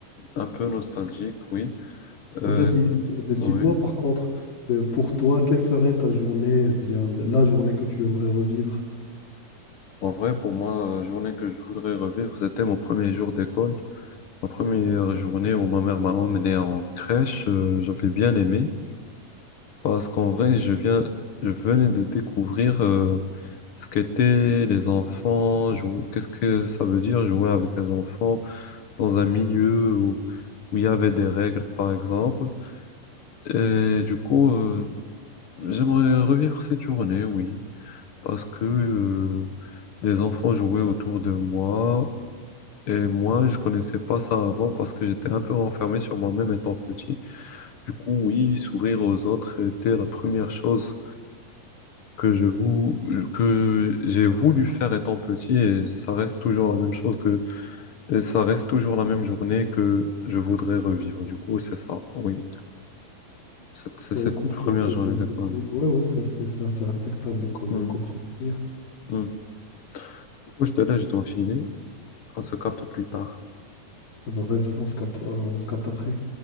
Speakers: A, on the left; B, on the left.
A: un peu nostalgiques, oui. Euh,
B: Ah ben, dis, dis- ah ben, dis-moi,
A: oui.
B: par contre, euh, pour toi, quelle serait ta journée, eh bien, la la journée que tu aimerais revivre?
A: En vrai, pour moi, la journée que je voudrais revivre, c'était mon premier jour d'école. Ma première journée où ma mère m'a emmené en crèche, euh, j'avais bien aimé parce qu'en vrai, je viens, je venais de découvrir euh, ce qu'étaient les enfants, jou- qu'est-ce que ça veut dire jouer avec les enfants dans un milieu où, où il y avait des règles, par exemple. Et du coup, euh, j'aimerais revivre cette journée, oui, parce que euh, les enfants jouaient autour de moi. Et moi, je connaissais pas ça avant parce que j'étais un peu renfermé sur moi-même étant petit. Du coup, oui, s'ouvrir aux autres était la première chose que je vou- que j'ai voulu faire étant petit et ça reste toujours la même chose que Et ça reste toujours la même journée que je voudrais revivre. Du coup, c'est ça. Oui, c'est c'est
B: Ouais,
A: cette
B: écoute,
A: première
B: c'est c'est-
A: journée
B: c'est assez
A: d'école.
B: cool. Ouais, ouais, c'est assez, c'est assez respectable comme,
A: Mhm.
B: comme souvenir.
A: Mhm. Du coup, je te laisse, je dois filer. On se capte plus tard.
B: Ah ben, vas-y, on se capte, on se capte après.